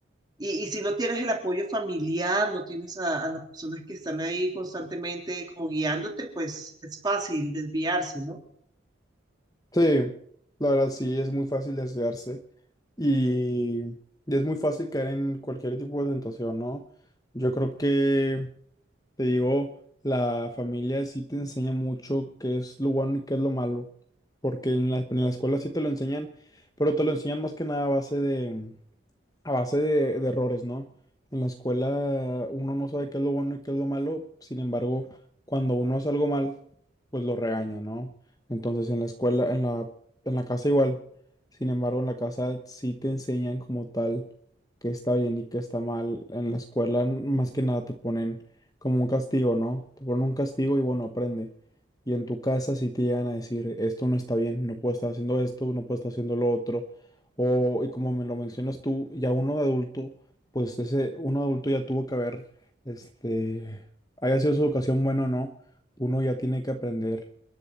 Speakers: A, on the right; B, on the left.
A: Y, y si no tienes el apoyo familiar, no tienes a, a las personas que están ahí constantemente como guiándote, pues es fácil desviarse, ¿no?
B: Sí, la verdad sí, es muy fácil desviarse y, y es muy fácil caer en cualquier tipo de tentación, ¿no? Yo creo que Te digo, la familia sí te enseña mucho qué es lo bueno y qué es lo malo, porque en la, en la escuela sí te lo enseñan, pero te lo enseñan más que nada a base de, a base de, de errores, ¿no? En la escuela uno no sabe qué es lo bueno y qué es lo malo, sin embargo, cuando uno hace algo mal, pues lo regaña, ¿no? Entonces en la escuela, en la, en la casa igual, sin embargo, en la casa sí te enseñan como tal qué está bien y qué está mal. En la escuela n- más que nada te ponen como un castigo, ¿no? Te ponen un castigo y bueno, aprende. Y en tu casa sí te llegan a decir, esto no está bien, no puedo estar haciendo esto, no puedo estar haciendo lo otro. O, y como me lo mencionas tú, ya uno de adulto, pues ese uno de adulto ya tuvo que haber, este, haya sido su educación buena o no, uno ya tiene que aprender,